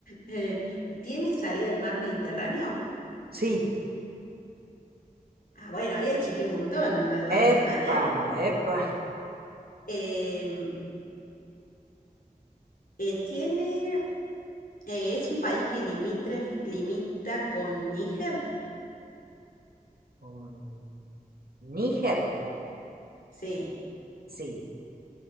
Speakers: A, on the left (about 75°); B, on the right (about 85°).
A: Eh, ¿tiene salida al mar Mediterráneo?
B: Sí.
A: Ah, bueno, ahí achiqué un montón, la verdad.
B: Epa,
A: A ver.
B: epa.
A: em, eh, ¿tiene, eh, es un país que limitref- limita con Níger?
B: <laughs> Con Níger,
A: Sí.
B: sí.